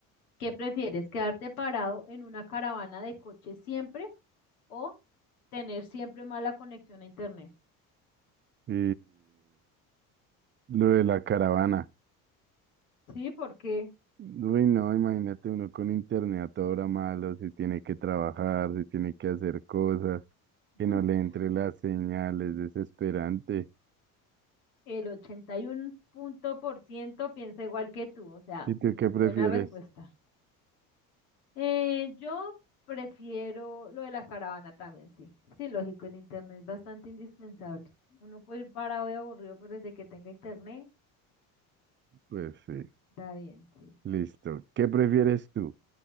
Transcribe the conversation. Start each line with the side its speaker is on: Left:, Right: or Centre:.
Left: ¿Qué prefieres? ¿Quedarte parado en una caravana de coches siempre o tener siempre mala conexión a internet?
Right: Y lo de la caravana.
Left: Sí, ¿por qué?
Right: Uy, no, imagínate uno con internet a hora malo, si tiene que trabajar, si tiene que hacer cosas, que
Left: <laughs>
Right: no le entre las señales desesperante.
Left: El 81 punto por ciento piensa igual que tú, o sea,
Right: ¿Y tú qué
Left: buena
Right: prefieres?
Left: respuesta. Eh, yo prefiero lo de la caravana también, sí. Sí, lógico, el internet es bastante indispensable. Uno puede ir parado y aburrido, pero desde que tenga internet,
Right: Pues sí,
Left: está bien, sí.
Right: listo. ¿Qué prefieres tú?